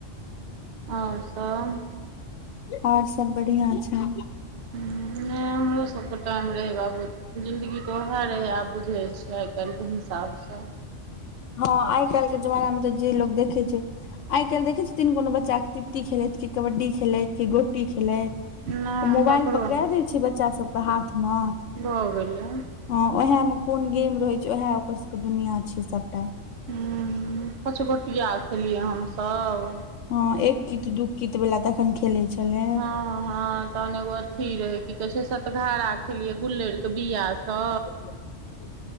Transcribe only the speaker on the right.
और सब
हं नय हमरो सबके टाइम रहै बाबू जिन्दगी तऽ ओएह रहै आब बुझै छै काइलके हिसाबसँ
नहि
ककरो
नहि
भऽ गेलय
हं पँच गोटिया खेलियै हमसब
हँ हँ तहन एगो अथी रहे की कहय छै सतघारा खेलियै गुल्लइड़ के बिया स